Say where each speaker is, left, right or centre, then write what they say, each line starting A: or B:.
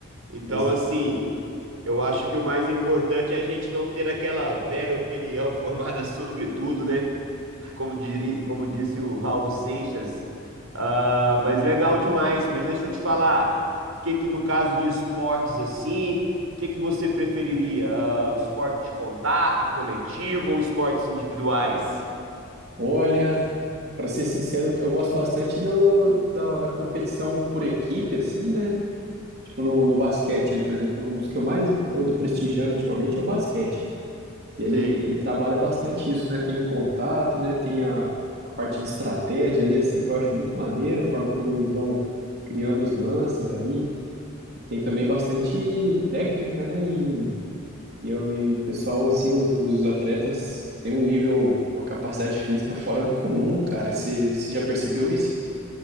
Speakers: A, on the right; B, on the right.
A: Então,
B: Exato.
A: assim, eu acho que o mais importante é a gente não ter aquela velha opinião <laughs> formada sobre tudo, né? Como diria, como disse o Raul Seixas. Ah, mas legal demais. Mas deixa eu te falar, o que que no caso de esportes assim, o que que você preferiria? Ah, esporte de contato, coletivo ou esportes individuais?
B: Olha, para ser sincero, eu gosto bastante do, da, da competição por equipe, assim, né? Tipo no, no basquete ali, por exemplo, um dos que eu mais ando prestigiando ultimamente é o basquete. que ele,
A: Sei,
B: ele trabalha bastante isso, né? Tem o contato, né? Tem a, a parte de estratégia ali, assim, que eu acho muito maneiro, a forma como eles vão criando os lances ali. E tem também bastante técnica, né? E, e, eu- e o pessoal, assim, os, os atletas têm um nível, uma capacidade física fora do comum, cara. Você você já percebeu isso?